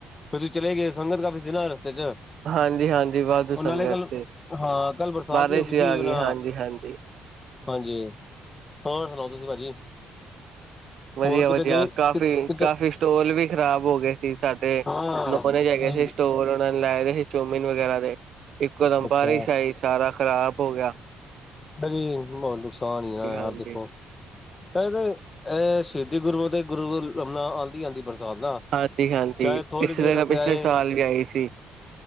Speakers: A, on the left; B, on the right.
A: ਤੁਸੀ ਚਲੇ ਗਏ ਸੰਗਤ ਕਾਫੀ ਸੀ ਨਾ ਰਸਤੇ ਚ
B: ਹਾਂਜੀ ਹਾਂਜੀ ਵਾਧੂ
A: ਉਹ ਨਾਲੇ
B: ਸੰਗਤ
A: ਕੱਲ
B: ਸੀ
A: ਹਾਂ ਕਲ ਬਰਸਾਤ
B: ਬਾਰਿਸ਼
A: ਵੀ ਹੋ ਗਈ ਸੀ
B: ਆ
A: ਆਪਣਾ
B: ਹਾਂਜੀ ਹਾਂਜੀ
A: ਹਾਂਜੀ ਹੋਰ ਸੁਣਾਓ ਤੁਸੀਂ ਭਾਜੀ।
B: ਵਧੀਆ-ਵਧੀਆ
A: ਹੋਰ ਕਿਤੇ ਗਏ
B: ਕਾਫੀ-ਕਾਫੀ
A: ਕਿਤੇ
B: ਸਟੋਲ ਵੀ ਖ਼ਰਾਬ ਹੋ ਗਏ ਸੀ। ਸਾਡੇ
A: ਹਾਂ
B: ਨੋਨੇ ਵਿੱਚ ਹੈਗੇ
A: ਸਹੀ
B: ਸੀ ਸਟੋਰ ਉਹਨਾਂ ਨੇ ਲਾਏ ਸੀ ਚੋਮਿਨ ਵਗੈਰਾ ਦੇ। ਇਕੋ
A: ਅੱਛਾ
B: ਦਮ
A: ਅੱਛਾ
B: ਬਾਰਿਸ਼ ਆਈ ਸਾਰਾ ਖ਼ਰਾਬ ਹੋ ਗਿਆ।
A: <unintelligible> <unintelligible> ਆਂਦੀ-ਆਂਦੀ
B: ਹਾਂਜੀ ਹਾਂਜੀ
A: ਬਰਸਾਤ <unintelligible>
B: ਹਾਂਜੀ ਹਾਂਜੀ
A: ਚਾਹੇ ਥੋੜੀ
B: ਪਿਛਲੇ
A: ਦੇਰ
B: ਦਾ
A: ਰਸਤੇ
B: ਪਿਛਲੇ
A: ਆਏ
B: ਸਾਲ ਵੀ ਆਈ ਸੀ